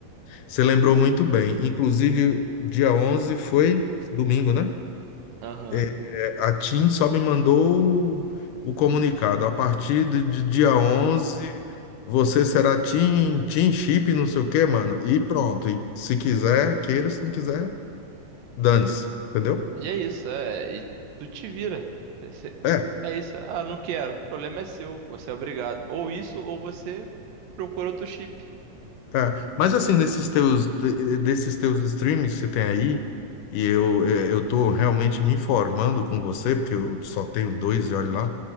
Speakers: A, on the left (about 75°); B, on the right (about 85°).
A: Você lembrou muito bem. Inclusive, dia 11 foi domingo, né?
B: Aham.
A: É, a TIM só me mandou o o comunicado. A partir de de dia 11 você será TIM, TIM Chip, não sei o quê, mano. E pronto. E se quiser, queira, se não quiser, dane-se. Entendeu?
B: E é isso, é. E tu te vira. <laughs> Esse-
A: É.
B: É isso. Ah, não quero. O problema é seu. Você é obrigado. Ou isso, ou você procura outro chip.
A: É, mas assim, nesses teus, de- desses teus streamings que você tem aí, e eu, eh, eu tô realmente me informando com você, porque eu só tenho dois e olha lá,